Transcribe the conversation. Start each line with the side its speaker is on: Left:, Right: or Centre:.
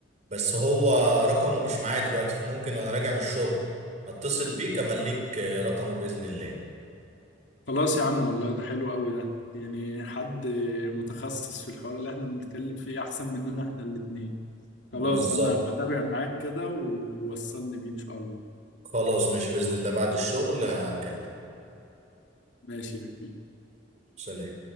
Right: بس هو رقمه مش معايا دلوقتي فممكن وانا راجع من الشغل اتصل بيك امليك رقمه باذن الله
Left: خلاص يا عم والله ده حلو قوي ده يعني حد متخصص في الحوار اللي احنا بنتكلم فيه احسن مننا احنا الاتنين
Right: بالظبط
Left: خلاص انا بتابع معاك كده ووصلني بيه ان شاء الله
Right: خلاص ماشي باذن الله بعد الشغل هكلمك
Left: ماشي يا كبير
Right: سلام